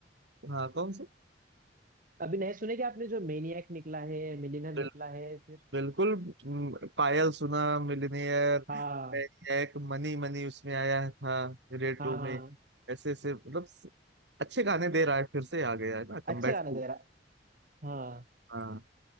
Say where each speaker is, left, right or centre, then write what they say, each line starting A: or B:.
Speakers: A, on the right (about 75°); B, on the right (about 50°).
A: हाँ कौन से
B: अभी नए सुने क्या आपने जो मेनियक निकला है मिलियनर निकला
A: बिल,
B: है फिर
A: बिल्कुल हम्म, पायल सुना मिलनियर
B: हाँ
A: एक मनी मनी उसमें आया था रेड
B: हाँ
A: टू
B: हाँ
A: में ऐसे ऐसे मतलब अच्छे गाने दे रहा है फिर से आ गया है ना कमबैक
B: अच्छा गाना
A: टू
B: दे रहा हाँ
A: हाँ